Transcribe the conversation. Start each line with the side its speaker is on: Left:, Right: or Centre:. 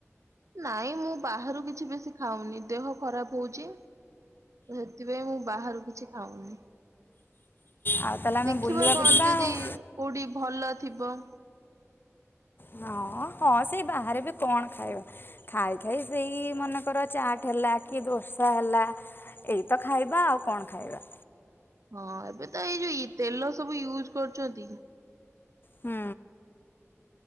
Right: ନାଇଁ ମୁଁ ବାହାରୁ କିଛି ବେଶୀ ଖାଉନି ଦେହ ଖରାପ ହଉଛି ତ ସେଥିପାଇଁ ମୁଁ ବାହାରୁ କିଛି ଖାଉନି।
Left: ଆଉ ତାହେଲେ ଆମେ
Right: ଦେଖିବା
Left: ବୁଲିବାକୁ
Right: କଣ
Left: ଯିବା
Right: ଯଦି
Left: ଆଉ।
Right: କୋଉଠି ଭଲ ଥିବ।
Left: ହଁ ହଁ ସେଇ ବାହାରେ ବି କଣ ଖାଇବା ଖାଇ ଖାଇ ସେଇ ମନେକର ଚାଟ୍ ହେଲା କି ଦୋସା ହେଲା ଏଇତ ଖାଇବା ଆଉ କଣ ଖାଇବା।
Right: ହଁ ଏବେ ତ ଏଇ ଯୋଉ ଇ ତେଲ ସବୁ ୟୁଜ୍ କରୁଛନ୍ତି।
Left: ହୁଁ।